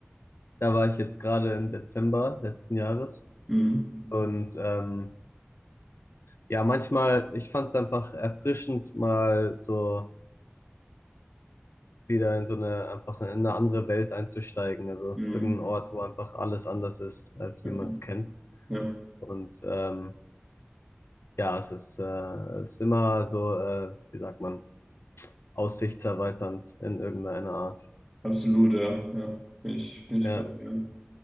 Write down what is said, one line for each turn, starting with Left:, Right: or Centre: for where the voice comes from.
Left: da war ich jetzt gerade im Dezember letzten Jahres.
Right: Mhm.
Left: Und ähm, ja, manchmal, ich fand es einfach erfrischend, mal so wieder in so eine, einfach in eine andere Welt einzusteigen. Also
Right: Mhm.
Left: irgendein Ort, wo einfach alles anders ist, als
Right: Ja,
Left: wie man
Right: ja.
Left: es kennt.
Right: Ja.
Left: Und ähm, ja, es ist, äh, es ist immer so, äh, wie sagt man, aussichtserweiternd in irgendeiner Art.
Right: Absolut, ja. Ja. Bin ich, bin ich
Left: Ja,
Right: bei dir.